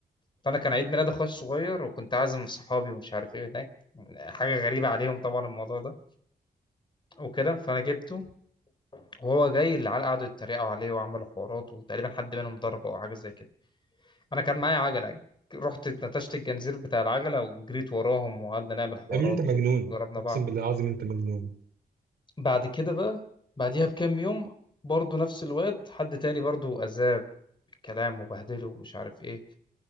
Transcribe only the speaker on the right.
يا ابني انت مجنون
اقسم
بالله العظيم انت مجنون